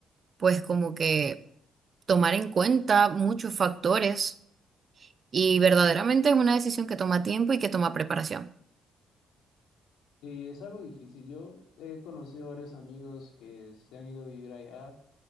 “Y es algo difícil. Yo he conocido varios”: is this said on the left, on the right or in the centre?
Left